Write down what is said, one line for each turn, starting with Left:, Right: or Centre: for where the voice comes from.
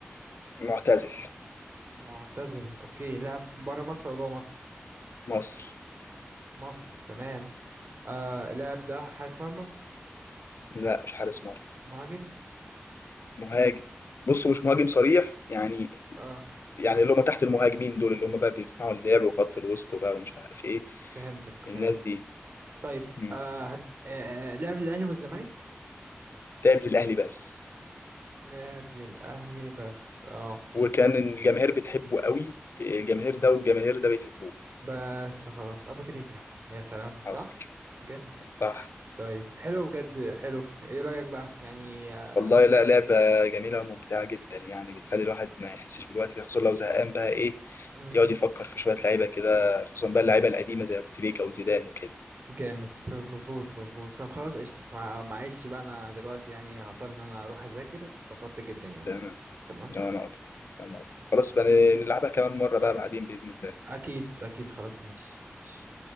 Left: معتزل
Right: معتزل اوكي لاعب في بره مصر ولا جوه مصر
Left: مصر
Right: مصر تمام آه اللاعب ده حارس مرمى
Left: لا مش حارس مرمى
Right: مهاجم
Left: مهاجم بص مش مهاجم صريح يعني
Right: اه
Left: يعني اللي هم تحت المهاجمين دول اللي هم بقى بيصنعوا اللعب وخط الوسط وبقى ومش عارف ايه
Right: فهمتك فهمتك
Left: الناس دي
Right: طيب
Left: مم.
Right: آه هد... آه آه، لعب الاهلي والزمالك
Left: لعب للاهلي بس
Right: لعب للأهلي بس اه
Left: وكان الجماهير بتحبه قوي الجماهير ده والجماهير ده بيحبوه
Right: بس خلاص أبو تريكة يا سلام
Left: حصل
Right: صح جامد
Left: صح
Right: طيب حلو بجد حلو ايه رأيك بقى يعني آه،
Left: والله لا لعبة جميلة وممتعة جدا يعني بتخلي الواحد ما يحسش بالوقت كده خصوصا لو زهقان بقى إيه
Right: مم،
Left: يقعد يفكر في شوية لعيبة كده خصوصا بقى اللعيبة القديمة زي أبو تريكة وزيدان وكده
Right: جامد مظبوط مظبوط طب خلاص قشطة مع- معلش بقى أنا دلوقتي يعني هضطر إن أنا أروح أذاكر اتبسطت جدا يعني
Left: تمام
Right: تمام
Left: لا أنا أكتر أنا
Right: أوكي
Left: أكتر. خلاص بقى نلعبها كمان مرة بقى بعدين بإذن الله
Right: أكيد أكيد خلاص مش مش